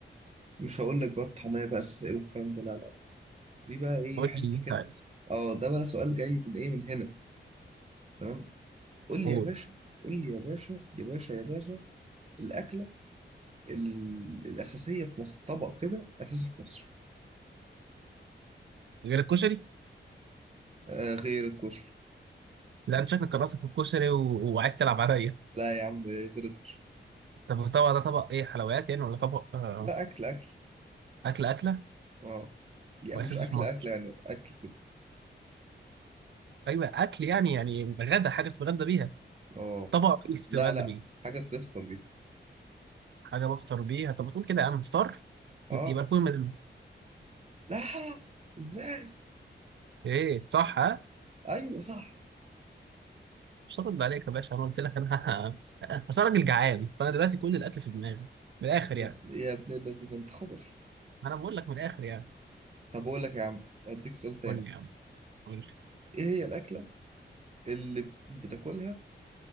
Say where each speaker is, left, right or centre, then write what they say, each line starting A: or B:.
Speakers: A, on the right (about 35°); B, on the right (about 65°).
A: مش هقول لك بقى الطعمية بقى الساقية والكلام ده لا لا لا دي بقى ايه
B: قول
A: حتة
B: لي اللي
A: كده
B: انت عايزه
A: اه ده بقى سؤال جاي من ايه من هنا تمام قول
B: قول
A: لي يا باشا قول لي يا باشا يا باشا يا باشا الأكلة ال- الأساسية في مصر طبق كده أساسي في مصر
B: غير الكشري
A: آه غير الكشري
B: لا انت شكلك راسك في الكشري و... وعايز تلعب عليا
A: لا يا عم إيه غير الكشري
B: طب الطبق ده طبق ايه حلويات يعني ولا طبق آه...
A: لا أكل أكل
B: اكل اكله
A: اه يعني
B: واساسي
A: مش أكل
B: في مصر
A: أكل يعني أكل كده
B: ايوه اكل يعني يعني غدا حاجه بتتغدى بيها
A: اه
B: طبق رئيسي بتتغدى
A: لا لا
B: بيه
A: حاجة تفطر بيها
B: حاجه بفطر بيها طب بتقول كده يا عم فطار
A: اه
B: يبقى يبقى فول مدلس
A: لا ازاي
B: ايه صح ها
A: ايوه صح
B: مش هرد عليك يا باشا انا قلت لك انا <laughs> بس انا راجل جعان فانا دلوقتي كل الاكل في دماغي من الاخر
A: يا
B: يعني
A: ابن يا ابن الذين انت خضر
B: انا بقول لك من الاخر يعني
A: طب أقول لك يا عم أديك سؤال تاني
B: قول لي يا عم قول
A: إيه هي الأكلة اللي بتاكلها